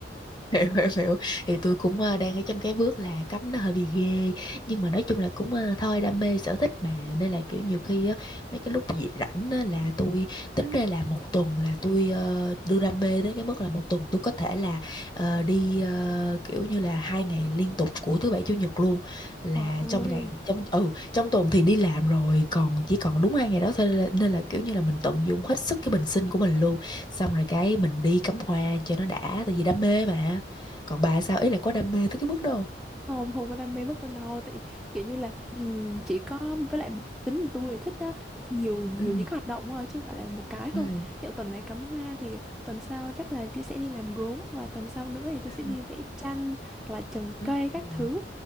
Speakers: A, on the left; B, in the centre.
A: <laughs> hiểu hiểu hiểu thì tôi cũng ờ, đang ở trong cái bước là cấm nó hơi bị ghê nhưng mà nói chung là cũng ờ, thôi đam mê sở thích mà nên là kiểu nhiều khi á mấy cái lúc gì rảnh á, là tôi tính ra là một tuần là tôi ờ, đưa đam mê đến cái mức là một tuần tôi có thể là ờ, đi ờ, kiểu như là hai ngày liên tục của thứ bảy chủ nhật luôn là
B: trời ơi
A: trong ngày trong ừ trong tuần thì đi làm rồi còn chỉ còn đúng hai ngày đó thôi nên là, nên là kiểu như là mình tận dụng hết sức cái bình sinh của mình luôn xong rồi cái mình đi cắm hoa cho nó đã tại vì đam mê mà còn bà sao ý là có đam mê tới cái mức đó không
B: không không có đam mê bất đâu đâu tại kiểu như là ừm, chỉ có với lại tính của tôi là thích á, nhiều nhiều
A: ừ
B: những cái hoạt động thôi chứ không phải là một cái không
A: ừ
B: hiệu tuần này cắm hoa thì tuần sau chắc là tôi sẽ đi làm gốm hoặc là tuần sau nữa thì tôi
A: ừ
B: sẽ đi vẽ tranh hoặc là trồng cây
A: ừ ừ
B: các thứ